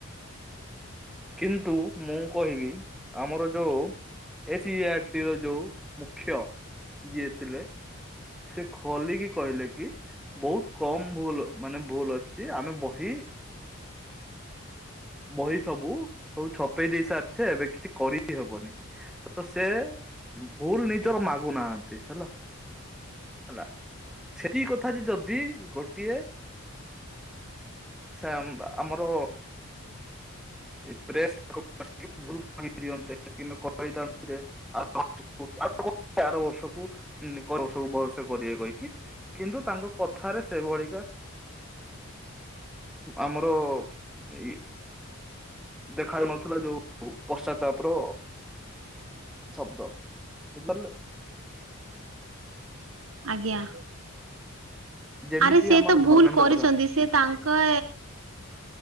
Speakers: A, in the centre; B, on the right.
A: କିନ୍ତୁ ମୁଁ କହିବି ଆମର ଯୋଉ ଏ ସ ର ଯୋଉ ମୁଖ୍ୟ ଯିଏ ଥିଲେ। ସେ ଖୋଲିକି କହିଲେ କି। ବହୁତ କମ ଭୁଲ ମାନେ ଭୁଲ ଅଛି ଆମେ ବହି ବହି ସବୁ ହଉ ଛପେଇ ଦେଇ ସାରିଛେ ଏବେ କିଛି କରି ହବନି। ତ ସେ ଭୁଲ ନିଜର ମାଗୁନାହାନ୍ତି ହେଲା। ହେଲା ସେଠି କଥା ଯେ ଯଦି ଗୋଟିଏ ସେ ଆମର ଏପସ୍ ଭୁଲ ଦିଅନ୍ତେ <unintelligible> ଆର ବର୍ଷକୁ ବର୍ଷକୁ ଭସେ କରିବେ କହିକି କିନ୍ତୁ ତାଙ୍କ କଥାରେ ସେ ଭଳିିକା ଆମର ଇ ଦେଖାଯ ନଥିଲା ଯୋଉ ପଶ୍ଚାତାପ ର ଶବ୍ଦ ବୁଝିପାରିଲ।
B: ଆଜ୍ଞା
A: ଯେମିତି
B: ଆରେ ସେି
A: ଆମର
B: ତ
A: ଧର୍ମେନ୍ଦ୍ର
B: ଭୁଲ କରିଛନ୍ତି
A: ପ୍ରଧାନ
B: ସେ ତାଙ୍କ